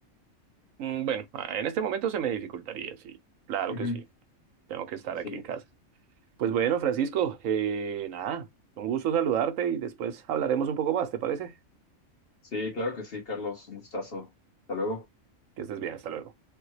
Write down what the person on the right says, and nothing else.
Mm, Bueno, ah, en este momento se me dificultaría, sí, claro
que sí, tengo que estar
aquí en casa. Pues bueno, Francisco, eh, nada, un gusto saludarte y después hablaremos un poco más, ¿te parece?
Que estés bien, hasta luego.